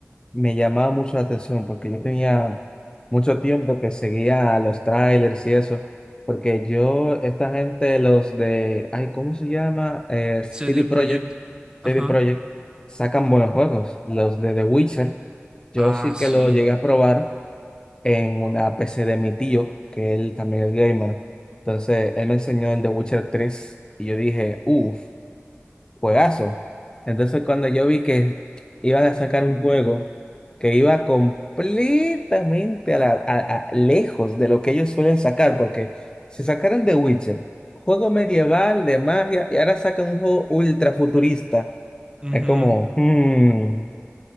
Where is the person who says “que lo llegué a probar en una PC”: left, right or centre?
Left